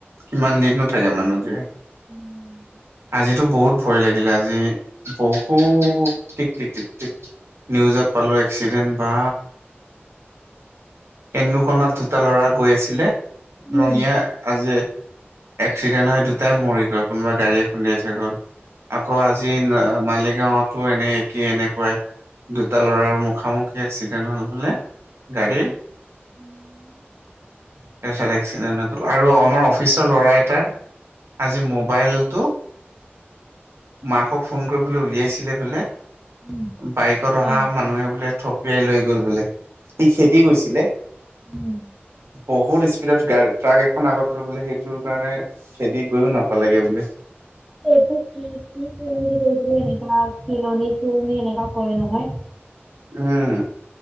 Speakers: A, on the right; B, in the centre.
A: কিমান দিননো থাকে, মানুহ জীয়াই।
B: উম!
A: আজিতো বহুত ভয় লাগিলে! আজি, বহুত টিক- টিক, টিক- টিক। নিউজত পালোঁ, এক্সিডেণ্ট। বা! <unintelligible> দুটা ল'ৰা গৈ আছিলে। ৰঙিয়া,
B: উম
A: আজি এক্সিডেণ্ট হয়, দুটাই মৰি গ'ল। কোনোবা, গাড়ী খুন্দিয়াই গ'ল। আকৌ, আজি মালিগাঁৱতো, এনে একেই, এনেকুৱাই। দুটা ল'ৰাৰ, মুখামুখি এক্সিডেণ্ট হ'ল বোলে, গাড়ীৰ।
B: উম!
A: এফালে এক্সিডেণ্ট হৈ গ'ল। আৰু আমাৰ, অফিচৰ ল'ৰা এটা আজি মোবাইলটো মাকক ফোন কৰিবলৈ উলিয়াইছিলে, বোলে।
B: উম
A: বাইকত
B: হয়
A: অহা
B: হয়
A: মানুহে বোলে থ থপিয়াই লৈ গ'ল বোলে। সি খেদি গৈছিলে?
B: উম!
A: বহুত স্পীডত, গা ট্ৰাক এখন আগত গৈ বোলে, সেইটো কাৰণে, খেদি গৈয়ও নাপালেগে বোলে।
B: এইটো, কি কি বুলি কৈছিলে? <unintelligible> এনেকা কয়, নহয়।
A: উম,